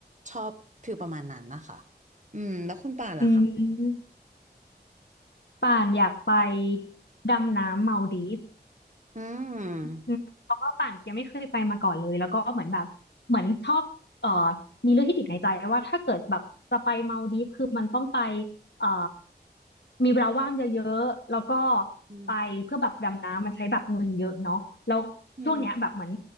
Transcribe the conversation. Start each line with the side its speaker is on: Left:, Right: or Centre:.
Right: ชอบฟิลประมาณนั้นนะคะอืมแล้วคุณป่านล่ะคะ
Left: อืมป่านอยากไปดำน้ำเมาดีฟ
Right: อืม
Left: อืมเพราะว่าป่านยังไม่เคยไปมาก่อนเลยแล้วก็เหมือนแบบเหมือนชอบเอ่อมีเรื่องที่ติดในใจว่าถ้าเกิดแบบจะไปมาลดีฟคือมันต้องไปเอ่อมีเวลาว่างเยอะๆแล้วก็
Right: อืม
Left: ไปเพื่อแบบดำน้ำมันใช้แบบเงินเยอะเนาะแล้วช่วงเนี้ยแบบเหมือน
Right: อืม